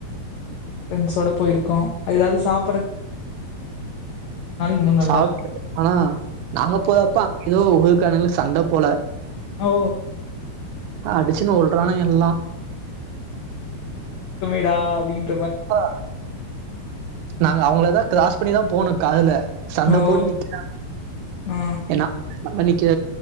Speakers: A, on the left (about 85°); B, on the right (about 80°).
A: ஃப்ரரெண்ட்ஸோட பேயிருக்கோ ஏதாவது சாப் இன்னும் நல்லாருக்கும்.
B: சாப் ஆனா நாங்க போதப்ப ஏதோ உகக்கானங்களுக்கு சண்ட போல
A: ஓ!
B: அடிச்சுனு வுல்றான எல்லா
A: தா அப்டின்னு
B: பா நாங்க அவங்களதா கிராஸ் பண்ணிதா போனோ காதுல சண்ட
A: ஓ!
B: போட்டு நிக்கிற
A: ஆ,
B: ஏனா அன்னைக்கு